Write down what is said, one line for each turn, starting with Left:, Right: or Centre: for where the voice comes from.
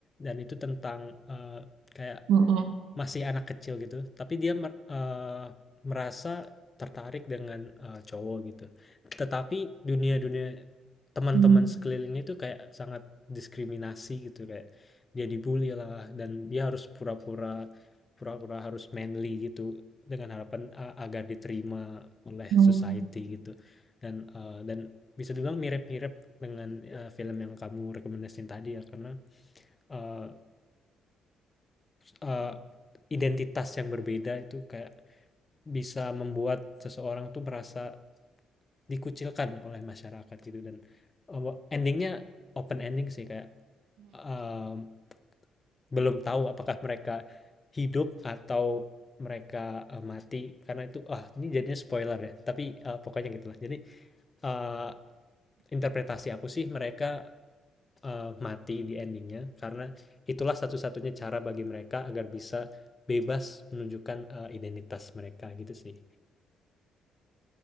Left: dan itu tentang, eee, kayak
Right: Mm-mm.
Left: masih anak kecil gitu, tapi dia mer eee, merasa tertarik dengan, eee, cowok gitu. Tetapi dunia-dunia teman-teman
Right: Mm-mm.
Left: sekelilingnya itu kayak sangat diskriminasi gitu, kayak dia dibully lah dan dia harus pura-pura pura-pura harus manly gitu dengan harapan, eee, agar diterima oleh
Right: Mm-mm.
Left: society gitu. Dan, eee, dan bisa dibilang mirip-mirip dengan, eee, film yang kamu rekomendasiin tadi ya karena, eee eee, identitas yang berbeda itu kayak bisa membuat seseorang tuh merasa dikucilkan oleh masyarakat gitu dan uh, endingnya open ending sih kayak um, belum tahu apakah mereka hidup atau mereka uh, mati karena itu ah ini jadinya spoiler ya tapi uh, pokoknya gitulah jadi uh, interpretasi aku sih mereka uh, mati di endingnya karena itulah satu-satunya cara bagi mereka agar bisa bebas menunjukkan uh, identitas mereka gitu sih.